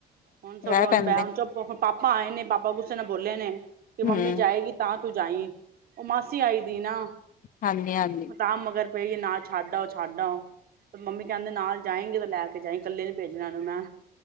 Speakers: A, on the right; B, on the left.
A: ਹੁਣ ਸਗੋਂ
B: ਵੈ
A: ਹੁਣ
B: ਤਾਂਦੇ
A: ਮੈਂ ਹੁਣ ਚੁੱਪ ਪਾਪਾ ਆਏ ਨੇ ਪਾਪਾ ਗੁੱਸੇ ਨਾਲ ਬੋਲੇ ਨੇ ਕਿ
B: ਹਮ
A: ਮੰਮੀ ਜਾਏਗੀ ਤਾਂ ਤੂੰ ਜਾਈ ਉਹ ਮਾਸੀ ਆਈ ਦੀ ਨਾ
B: ਹਾਂਜੀ ਹਾਂਜੀ
A: ਹ ਤਾਂ ਮਗਰ ਕਈਏ ਨਾਲ ਛੱਡ ਆਓ ਛੱਡ ਆਓ ਤੇ ਮੰਮੀ ਕਹਿੰਦੇ ਨਾਲ ਜਾਏਗੀ ਤਾਂ ਲੈ ਕੇ ਜਾਏਗੀ ਇਕੱਲੇ ਨੀ ਭੇਜਣਾ ਉਹਨੂੰ ਮੈਂ